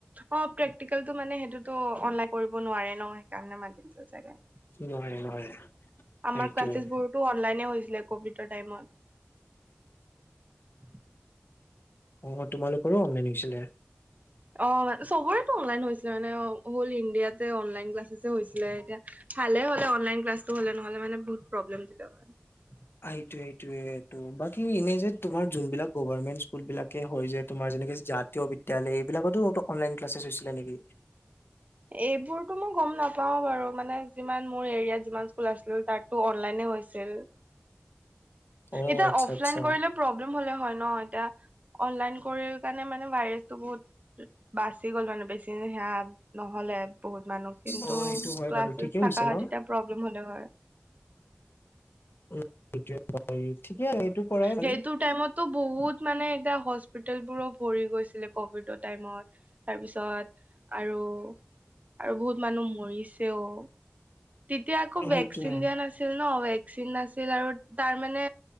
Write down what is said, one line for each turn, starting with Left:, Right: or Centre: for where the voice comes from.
Right: অ প্ৰেক্টিকেলটো মানে সেইটোতো অনলাইন কৰিব নোৱাৰে ন সেইকাৰণে মাতিছিল চাগে
Left: নোৱাৰে নোৱাৰে
Right: আমাৰ
Left: সেইটোৱে
Right: ক্লাছেছ বোৰতো অনলাইনে হৈছে কভিডৰ টাইমত
Left: অ তোমালোকৰো অনলাইন হৈছিলে
Right: অ মান চবৰেটো অনলাইন হৈছে মানে অ হ'ল ইণ্ডিয়াতে অনলাইন ক্লাছেছ হৈছিলে এতিয়া ভালে হ'লে অনলাইন ক্লাছটো হ'লে নহ'লে মানে বহুত প্ৰব্লেম হলে হয়
Left: এইটো টোয়েইটো এই বাকী এনে যে তোমাৰ যোনবিলাক গভমেন্ট স্কুল বিলাকে হয় যে তোমাৰ যেনেকে জাতীয় বিদ্যালয় এইবিলাকতো অনলাইন ক্লাছছ হৈছিলে নেকি
Right: এইবোৰতো মই গম নাপাওঁ বাৰু মানে যিমান মোৰ এৰিয়াত যিমান স্কুল আছিলো তাতো অনলাইনে হৈছিল
Left: অ
Right: এতিয়া
Left: আচ্ছা
Right: অফলাইন
Left: আচ্ছা
Right: কৰিলে প্ৰব্লেম হলে হয় ন এতিয়া অনলাইন কৰি কাৰণে মানে ভাইৰাছটো বহুত বাচি গ'ল মানে বেছি সেয়া নহলে বহুত মানুহ কিন্তু
Left: অ সেইটো হয়
Right: ক্লাছেছ
Left: বাৰু ঠিকে হৈছে
Right: থকা হয়
Left: ন
Right: তেতিয়া প্ৰব্লেম হলে হয়
Left: <unintelligible> এইটো কৰাই ভাল
Right: সেইটো টাইমততো বহুত মানে এতিয়া হস্পিতেলবোৰো ভৰি গৈছিলে কভিডৰ টাইমত তাৰপিছত আৰু আৰু বহুত মানুহ মৰিছেও তেতিয়া আকৌ
Left: সেইটোৱে
Right: ভেকচিন দিয়া নাছিল ন ভেকচিন নাছিল আৰু তাৰ মানে